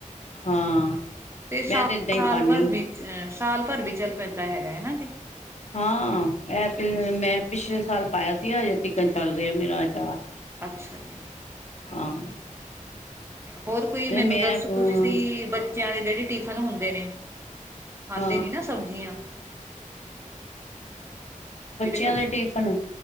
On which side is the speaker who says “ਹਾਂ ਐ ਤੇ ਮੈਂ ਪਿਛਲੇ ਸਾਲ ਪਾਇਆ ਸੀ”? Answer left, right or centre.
Left